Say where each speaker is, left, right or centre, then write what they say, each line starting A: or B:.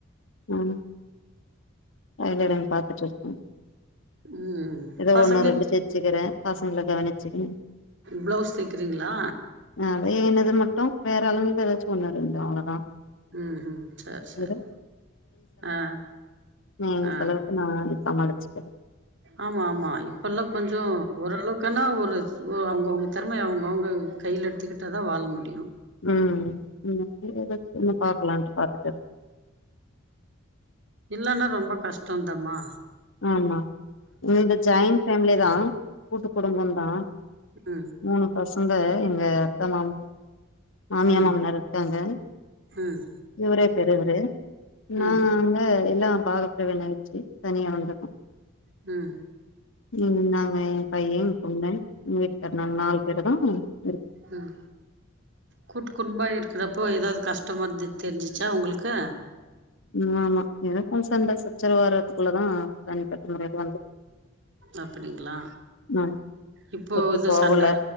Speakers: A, on the left (about 65°); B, on the right (about 60°).
A: நானு டைலர் வேல பாத்துட்ருக்கே
B: ம்
A: எதோ
B: பசங்க
A: ஒன்னு ரெண்டு தெச்சுகிறே பசங்கள கவனிச்சுகங்க
B: ப்ளவுஸ் தெக்கிறீங்ளா
A: நெறையா என்னது மட்டும் வேற அளவு இருந்தா எதாச்சும் ஒன்னு ரெண்டு அவ்ளோதா
B: ம் ஹும் சேர் செரி
A: ஏதோ
B: ஆ
A: நா ஏ
B: ஆ
A: செலவுக்கு நான் சமாளிச்சுக்குவே
B: ஆமா ஆமா இப்பெல்லா கொஞ்சோ ஓரளவுக்கானா ஒரு ஒரு அவங்கவுங்க தெறமய அவங்கவுங்க கையில எடுத்துக்கிட்டா தா வாழ முடியு
A: ம் ம் நீங்க அப்டியே எதாச்சு ஒண்ணு பாக்கலான்ட்டு பாத்துட்டு இருக்
B: இல்லன்னா ரொம்ப கஷ்டோ தர்மா
A: ஆமா என்னது ஜாயிண்ட் ஃபேம்லி தா கூட்டு குடும்பம் தா
B: அ
A: மூணு பசங்க எங்க அக்கா மாமு மாமியா
B: ம்
A: மாமனார் இருக்காங்க
B: ம்
A: இவரு பெரியவரு நாங்க
B: ம்
A: எல்லா பாகப்பிரிவின ஆயிடுச்சு தனியா வந் துட்டோ
B: ம்
A: ம் நாங்க ஏ பையே எங்க பொண்ணு எங்க வீட்டுக்கார் நாங்க நாலு பேர் தா இருக்
B: ம் கூட்டு குடும்பமா இருக்குறப்போ எதாவது கஷ்டமா இருந்து தெரிஞ்சிச்சா உங்களுக்கு
A: ம் ஆமா எனக்கு சண்ட சச்சரவு வரதுக்குள்ளதா தனிப்பட்ட முறைல வந்து
B: அப்டிங்களா
A: அ
B: இப்போ
A: ஒத்து
B: ஏதோ
A: போகல
B: சண்ட